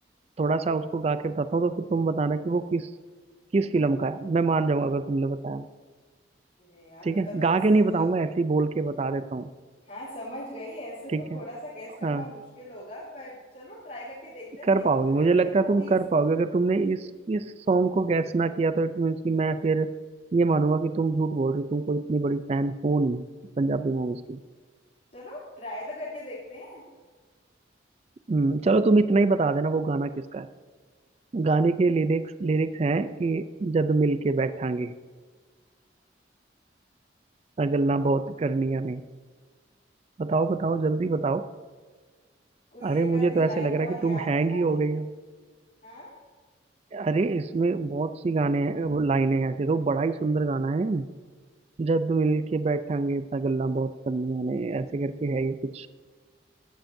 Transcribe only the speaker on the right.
थोड़ा सा उसको गा के बताता हूँ तो फिर तुम बताना कि वो किस किस फिल्म का है मैं मान जाऊंगा अगर तुमने बताया
ठीक
है
गा के नहीं बताऊंगा
ऐसे ही बोल के बता देता हूँ
ठीक
है
हाँ
कर
पाओगे
मुझे
लगता
है
तुम कर पाओगे अगर तुमने इस इस सॉन्ग को गैस ना किया तो इट मीन्स कि मैं फिर ये मानूंगा कि तुम झूठ बोल रहे हो तुम कोई इतनी बड़ी फैन हो नहीं पंजाबी मूवीज की
हम्म चलो तुम इतना ही बता देना वो गाना किसका है गाने के लिरिक्स लिरिक्स हैं कि जद मिल के बैठांगे आ गल्ला बहुत करनियां ने बताओ बताओ जल्दी बताओ
अरे
मुझे
तो
ऐसे लग रहा है
कि तुम
हैंग
ही
हो
गई हो
अरे इसमें बहुत सी गाने हैं वो लाइनें हैं ऐसे तो बड़ा ही सुंदर गाना है जद मिल के बैठांगे इतना गल्ला बहुत करनिया ने ऐसे करके है ये कुछ